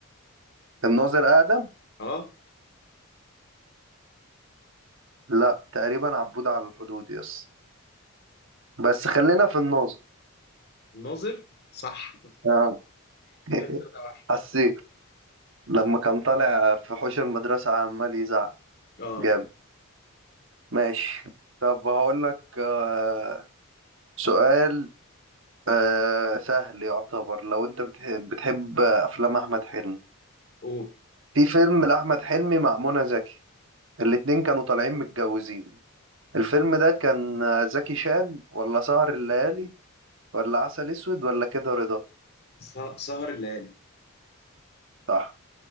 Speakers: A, on the right; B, on the left.
A: الناظر اقدم
B: اه
A: لا تقريبا عبود على الحدود يس بس خلينا في الناظر
B: الناظر صح
A: اه
B: <laughs>
A: <laughs>
B: كده 3 واحد
A: حسيت لما كان طالع في حوش المدرسة عمال يزعق
B: اه
A: جامد ماشي طب هقول لك آه، سؤال آه، سهل يعتبر لو انت بتحب, بتحب افلام احمد حلمي
B: اوه
A: في فيلم لاحمد حلمي مع منى زكي الاتنين كانوا طالعين متجوزين الفيلم ده كان آه، زكي شان ولا سهر الليالي ولا عسل اسود ولا كده رضا
B: سه- سهر الليالي
A: صح